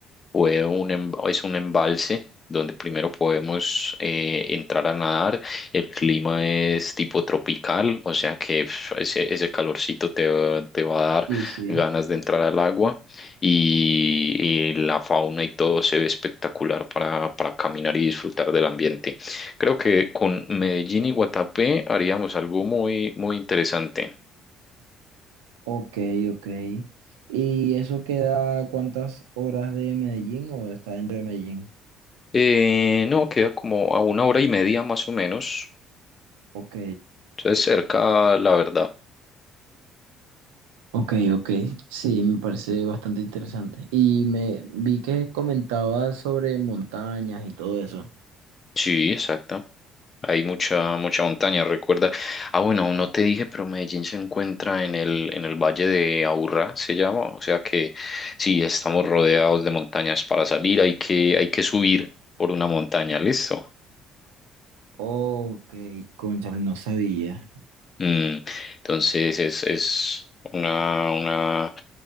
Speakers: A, on the left; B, on the right.
A: Fue un, em- es un embalse donde primero podemos eh, entrar a nadar. El clima es tipo tropical, o sea que pf, ese, ese calorcito te, va- te va a dar
B: Sí, sí.
A: ganas de entrar al agua y, y la fauna y todo se ve espectacular para, para caminar y disfrutar del ambiente. Creo que con Medellín y Guatapé haríamos algo muy, muy interesante.
B: Ok, ok. ¿Y eso queda cuántas horas de Medellín o está dentro de Medellín?
A: Eh, no, queda como a una hora y media más o menos.
B: Ok.
A: Entonces cerca, la verdad.
B: Ok, ok, sí, me parece bastante interesante. Y me vi que comentabas sobre montañas y todo eso.
A: Sí, exacto. Hay mucha, mucha montaña, recuerda. Ah, bueno, no te dije, pero Medellín se encuentra en el, en el Valle de Aburrá, se llama. O sea que sí, estamos rodeados de montañas para salir, hay que, hay que subir por una montaña, ¿listo?
B: Ok, cónchale, no sabía.
A: Mm, entonces es, es una, una